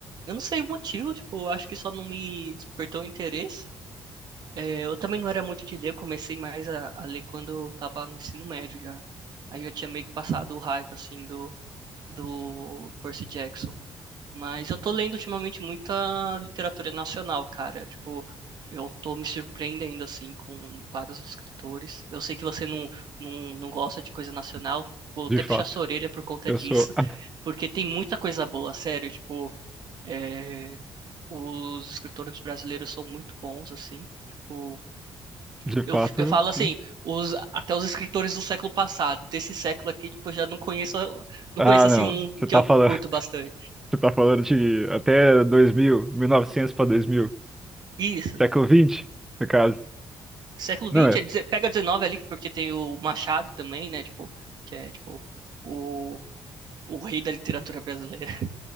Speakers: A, on the right; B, in the centre.
A: eu não sei o motivo, tipo, eu acho que só não me despertou interesse. É, eu também não era muito de ler, eu comecei mais a, a ler quando eu tava no ensino médio já. Aí eu tinha meio que passado o hype, assim, do, do Percy Jackson. Mas eu tô lendo ultimamente muita literatura nacional, cara. Tipo, eu tô me surpreendendo, assim, com vários escritores. Eu sei que você não, não, não gosta de coisa nacional. Vou
B: de
A: até
B: fato,
A: puxar sua orelha por conta
B: eu
A: disso,
B: sou,
A: <laughs>
B: ah,
A: porque tem muita coisa boa, sério. Tipo, é, os escritores brasileiros são muito bons, assim. Tipo,
B: de fato,
A: eu, eu falo assim,
B: hum?
A: os, até os escritores do século passado, desse século aqui, tipo, eu já não conheço, não
B: ah,
A: conheço assim
B: não,
A: um
B: você
A: que
B: tá
A: eu
B: falando,
A: curto
B: <laughs>
A: bastante.
B: você tá falando de até 2000, novecentos para 2000
A: Isso.
B: século 20, no caso.
A: século
B: Não
A: XX,
B: é,
A: é deze- pega 19 ali, porque tem o Machado também, né? Tipo, que é tipo o, o rei da literatura brasileira. <laughs>